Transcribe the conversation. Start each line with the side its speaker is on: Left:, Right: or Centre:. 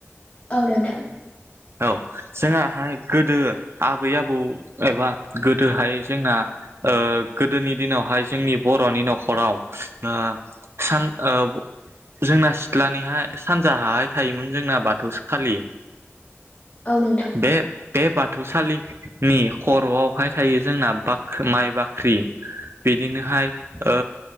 Left: औ नोंथां
Right: औ जोंआहाय गोदो आबै आबौ एबा गोदोहाय जोंना ओ गोदोनि दिनावहाय जोंनि बर'नि न'खराव ओ सान ओ जोंना सिथ्लानिहाय सानजाहाय थायोमोन जोंना बाथौसालि
Left: औ नोंथां औ नोंथां
Right: बे बे बा बाथौसालिनि खर'आवहाय थायो जोंना बा माइ बाख्रि बिदिनोहाय ओ